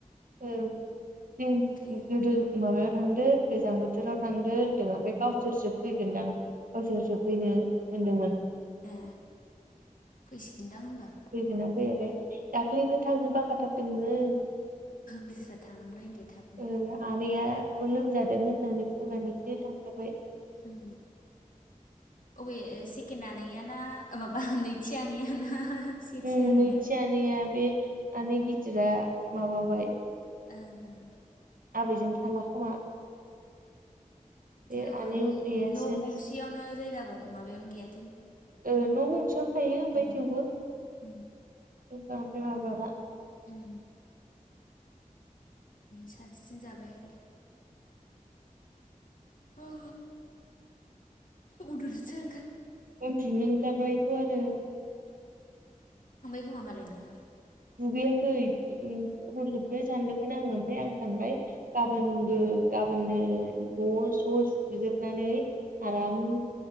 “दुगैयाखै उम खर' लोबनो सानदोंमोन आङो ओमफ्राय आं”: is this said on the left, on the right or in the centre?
Right